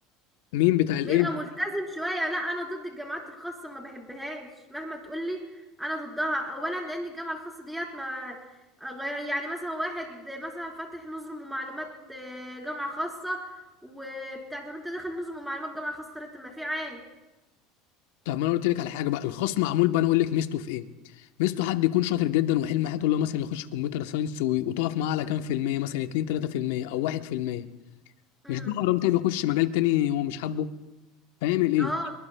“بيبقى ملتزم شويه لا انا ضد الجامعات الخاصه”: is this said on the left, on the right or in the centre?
Centre